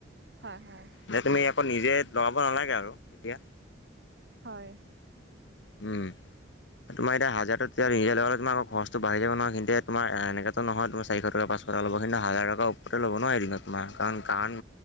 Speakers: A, on the right; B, on the left.
A: <inaudible> হয়-হয়!
B: যে তুমি আকৌ নিজে লগাব নালাগে আৰু। <unintelligible> তেতিয়া <unintelligible>
A: হয়। <inaudible>
B: উম। <inaudible> তোমাৰ এতিয়া হাজিৰাটো এতিয়াটো নিজে লগালে তোমাৰ আকৌ খৰচতো বাহি যাব নহয়। সিহঁতে তোমাৰ এনেকাটো নহয় তোমাৰ চাৰিশ টকা, পাচশ টকা <unintelligible> <unintelligible> ল'ব সিহঁতেনো হাজাৰ টকাৰ ওপৰতে ল'ব নোৱাৰ এইদিনত তোমাৰ কাৰণ-কাৰণ